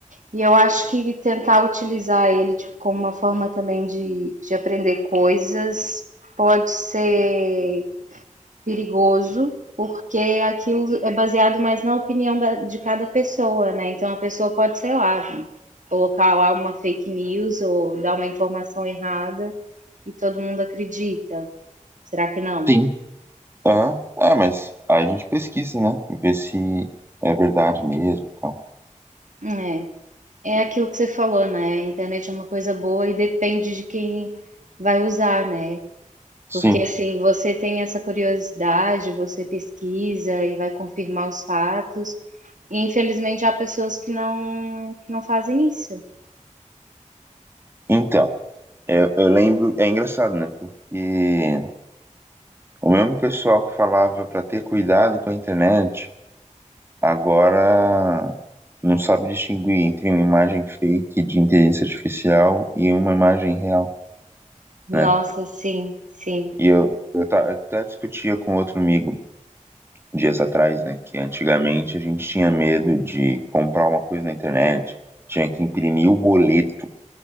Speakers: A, on the right; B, on the right.
A: E eu acho que tentar utilizar ele tipo, como uma forma também de, de aprender coisas pode ser perigoso, porque aquilo é baseado mais na opinião da- de cada pessoa, né? Então a pessoa pode, sei lá, colocar lá uma fake news ou dar uma informação errada e todo mundo acredita. Será que não?
B: Sim. Aham. Ah, mas aí a gente pesquisa, né? E vê se é verdade mesmo. e tal.
A: É. É aquilo que você falou, né? A internet é uma coisa boa e depende de quem vai usar, né?
B: Sim.
A: Porque assim, você tem essa curiosidade, você pesquisa e vai confirmar os fatos. E infelizmente há pessoas que não que não fazem isso.
B: Então, eu, eu lembro. É engraçado, né? Porque o mesmo pessoal que falava pra ter cuidado com a internet, agora não sabe distinguir entre uma imagem fake de inteligência artificial e uma imagem real,
A: Nossa,
B: né?
A: sim, sim.
B: E eu, eu, ta- eu até discutia com outro amigo. dias atrás, né? Que antigamente a gente tinha medo de comprar uma coisa na internet, tinha que imprimir o boleto.